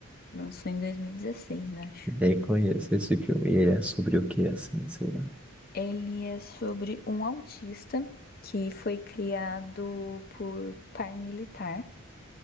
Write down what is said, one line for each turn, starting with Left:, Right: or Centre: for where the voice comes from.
Left: Lançou em 2016, acho.
Centre: nem conheço esse filme. E Ele é sobre o que, assim, sei lá.
Left: Ele é sobre um autista que foi criado por paramilitar